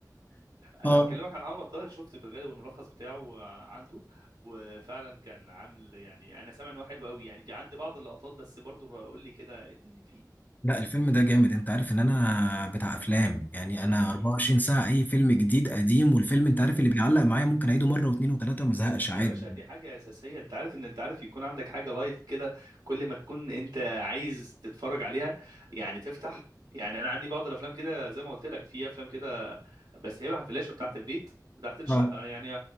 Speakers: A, on the right; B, on the left.
A: انا
B: اه
A: بكلمك على محمد طاهر شفت في الغالب الملخص بتاعه عنده وفعلا كان عامل يعني انا سامع ان هو حلو قوي يعني في عندي بعض اللقطات بس برضو قول لي كده إيه الدنيا فيه
B: لا الفيلم ده جامد، انت عارف ان انا بتاع افلام، يعني انا
A: امم.
B: 24 ساعة اي فيلم جديد قديم والفيلم انت عارف اللي بيعلق معايا ممكن اعيده مرة واثنين وثلاثة ما ازهقش عادي.
A: يا باشا دي حاجة أساسية أنت عارف إن أنت عارف يكون عندك حاجة لايت كده كل ما تكون أنت عايز تتفرج عليها يعني تفتح يعني أنا عندي بعض الأفلام كده زي ما قلت لك في أفلام كده بس هيبقى على الفلاشة بتاعة البيت بتاعة الشقة
B: اه
A: يعني